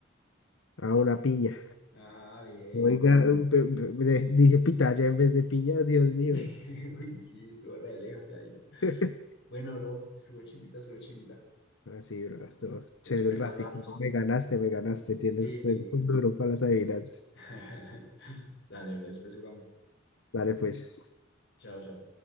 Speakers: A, on the left (about 80°); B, on the left (about 60°).
A: Ah, una piña.
B: Ajá, bien.
A: Oiga, pe- pe- pe- dije pitaya en vez de piña, Dios mío.
B: <laughs> Uy, sí, estuvo re lejos ahí.
A: <laughs>
B: Bueno, bro, estuvo chimbita, estuvo chimbita.
A: Así, bro, estuvo
B: Después
A: chévere el
B: hablamos.
A: ratico Me ganaste, me ganaste. Tienes,
B: Sí, sí.
A: eres un duro para las adivinanzas.
B: <laughs> Dale, bro, después jugamos.
A: Dale, pues.
B: Chao, chao.